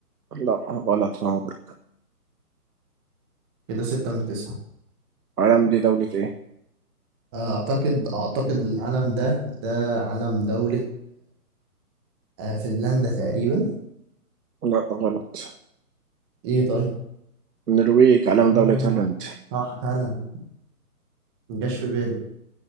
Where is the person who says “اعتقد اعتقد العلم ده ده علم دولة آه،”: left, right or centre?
Right